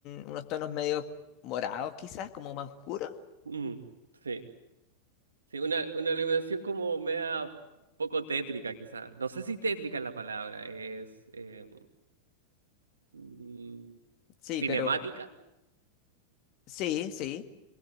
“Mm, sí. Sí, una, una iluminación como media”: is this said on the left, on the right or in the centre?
Right